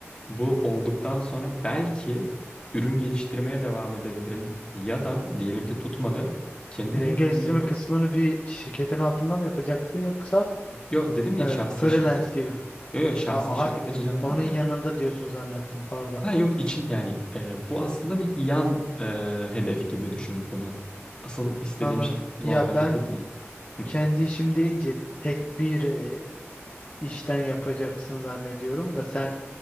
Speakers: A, on the left (about 20°); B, on the left (about 40°).
A: Bu olduktan sonra belki ürün geliştirmeye devam edebilirim. Ya da diyelim ki tutmadı. Kendi
B: Ürün
A: reklamımı
B: geliştirme
A: yapıp.
B: kısmını bir şirketin altında mı yapacaksın yoksa
A: Yo dedim ya
B: e,
A: şahsi
B: freelance
A: şirket.
B: gibi?
A: Yo yo şahsi
B: Ha, aha,
A: şirket açacağım dedim
B: onun yanında
A: ya.
B: diyorsun zannettim pardon.
A: Ha yok için yani e, bu aslında bir yan e, hedef gibi düşün bunu. Asıl istediğim
B: Anladım.
A: şey normalde
B: Ya ben
A: bu değil. Hı.
B: kendi işim deyince tek bir e, işten yapacaksın zannediyorum da sen